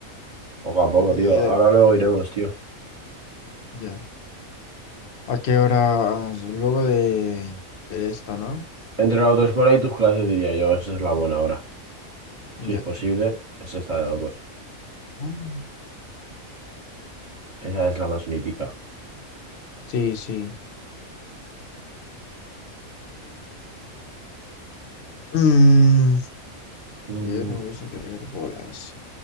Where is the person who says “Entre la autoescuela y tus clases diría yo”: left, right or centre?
Right